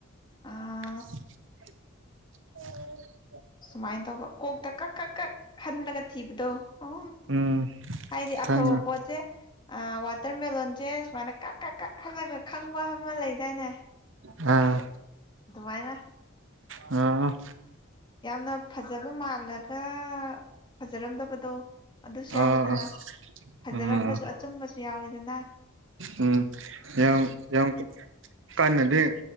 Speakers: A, on the left; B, on the right.
A: ꯑ
B: <inaudible> ꯑ
A: ꯁꯨꯃꯥꯏꯅ ꯇꯧꯕ ꯀꯣꯛꯇ ꯀꯛ ꯀꯛ ꯀꯛ ꯍꯜꯂꯒ ꯊꯤꯕꯗꯣ ꯎ
B: ꯎꯝ
A: ꯍꯥꯏꯗꯤ ꯑꯐꯕ
B: ꯈꯪꯉꯦ
A: ꯄꯣꯠꯠꯇꯦ ꯑ ꯋꯥꯇꯔꯃꯦꯂꯂꯣꯟꯁꯦ ꯁꯨꯃꯥꯏꯅ ꯀꯛ ꯀꯛ ꯀꯛ ꯍꯜꯂꯒ ꯈꯪꯕ ꯑꯃꯃ ꯂꯩꯗꯥꯏꯅꯦ
B: ꯑꯥ
A: ꯉꯥꯏꯗ
B: ꯑ
A: ꯌꯥꯝꯅ ꯐꯖꯕ ꯃꯥꯜꯂꯒ ꯐꯖꯔꯝꯗꯕꯗꯣ ꯑꯗꯨꯁꯨ ꯌꯥꯎꯋꯤꯗꯅ
B: ꯑꯥ ꯑꯥ
A: ꯐꯖꯔꯝꯕꯁꯨ
B: ꯎꯝ
A: ꯑꯆꯨꯝꯕꯁꯨ ꯌꯥꯎꯋꯤꯗꯅ
B: ꯎꯝ ꯌꯥꯝ ꯌꯥꯝ ꯀꯅꯗꯤ